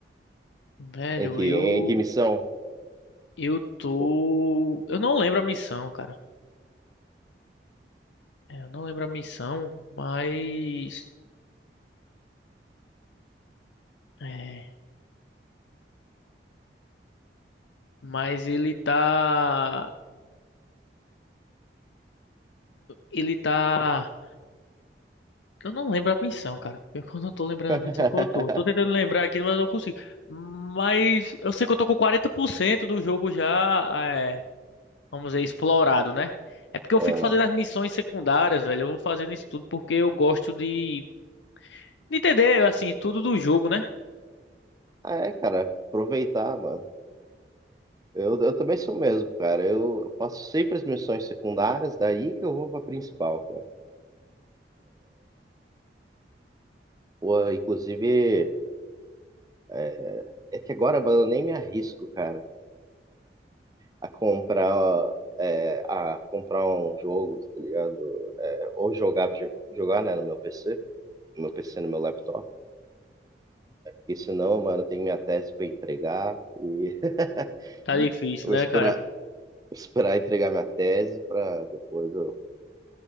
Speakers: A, on the left (about 80°); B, on the right (about 20°).
A: Velho,
B: Em que
A: eu.
B: em que missão?
A: Eu tô.
B: Pô.
A: Eu não lembro a missão, cara. É, eu não lembro a missão, mas. É. Mas ele tá. Ele tá. Eu não lembro a missão, cara. Pior que Eu não tô lembrando
B: <laughs>
A: a missão que eu tô. Tô tentando lembrar aqui, mas eu não consigo. Mas eu sei que eu tô com 40% do jogo já, é, vamos dizer, explorado, né? É porque eu
B: Aham.
A: fico fazendo as missões secundárias, velho. Eu vou fazendo isso tudo porque eu gosto de, de entender, assim, tudo do jogo, né?
B: Ah, é, cara, aproveitar, mano. Eu, eu também sou o mesmo, cara. Eu, eu faço sempre as missões secundárias, daí que eu vou pra principal, cara. Pô, inclusive, é, é que agora, mano, eu nem me arrisco, cara, a comprar, é, a comprar um jogo, tá ligado? É, ou jogar, vide- jogar, né, no meu PC. no PC, no meu laptop. E se não, mano, eu tenho minha tese para entregar e
A: Tá
B: <laughs>
A: difícil,
B: vou
A: né,
B: esperar,
A: cara?
B: esperar entregar minha tese para depois eu